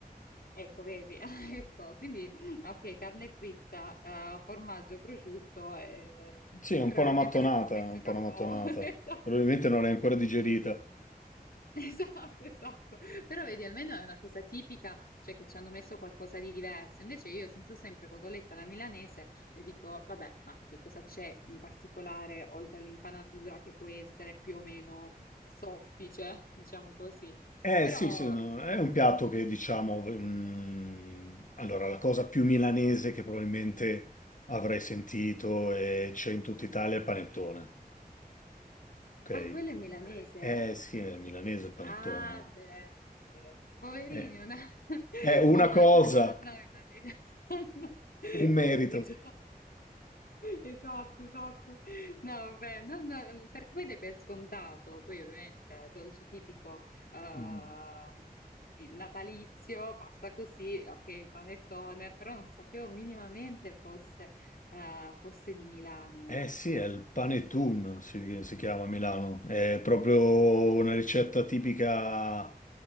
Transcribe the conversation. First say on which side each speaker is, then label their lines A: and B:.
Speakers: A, on the left (about 70°); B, on the left (about 55°).
A: ecco, vedi, <laughs> ah, ecco, quindi ok, carne fritta, eh, formaggio, prosciutto, eh,
B: Sì, è un
A: probabilmente
B: po' una mattonata,
A: mi avrà messo
B: un
A: KO.
B: po' una mattonata.
A: <laughs> Esatto.
B: Probabilmente non l'hai ancora digerita.
A: <laughs> Esatto, esatto. Però vedi, almeno è una cosa tipica, cioè che ci hanno messo qualcosa di diverso. Invece io sento sempre cotoletta alla milanese e dico, vabbè, ma che cosa c'è in particolare oltre all'impanatura che può essere più o meno soffice, diciamo così.
B: Eh
A: Però,
B: sì, sì, no, è un piatto che diciamo... mm, allora, la cosa più milanese che probabilmente avrei sentito e c'è in tutta Italia è il panettone, ok?
A: ah, quello è Ok. milanese?
B: Eh
A: eh?
B: sì, è milanese il panettone.
A: Ah, beh, ok. Poverini,
B: Eh,
A: una, <laughs>
B: È una
A: una
B: cosa,
A: cosa fanno e non gli danno <laughs>
B: un merito.
A: credito. Esatto, esatto. No, vabbè, non- non- perché poi dai per scontato, poi ovviamente è dolce tipico ehm,
B: Mm.
A: di- natalizio, passa così, ok, il panettone, però non sapevo minimamente fosse, eh, fosse di Milano.
B: Eh sì, è il panettone, si, si chiama a Milano. È proprio una ricetta tipica,